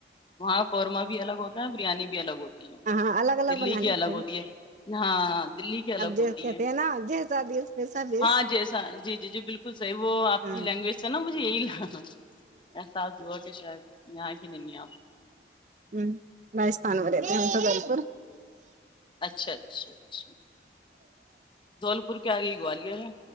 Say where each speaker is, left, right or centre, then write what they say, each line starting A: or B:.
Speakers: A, on the left; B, on the right.
A: وہاں قورما بھی الگ ہوتا ہے بریانی بھی الگ ہوتی ہے
B: ہاں الگ
A: دلی
B: بنا
A: کی
B: لیتے
A: الگ
B: ہیں
A: ہوتی ہے ہاں دلی کی الگ
B: اب ج
A: ہوتی
B: کہتے
A: ہے
B: ہیں نا جیسا دیس ویسا بیس
A: ہاں جیسا جی جی جی بالکل صحیح وہ آپ
B: ہ
A: کی لینگویج تھا نا مجھے یہی لا احساس ہوا کہ شاید یہاں کی نہیں آپ
B: ہ رستھان و ہم ج پور
A: اچھا اچھا دولپور کے آگئی گالر ہے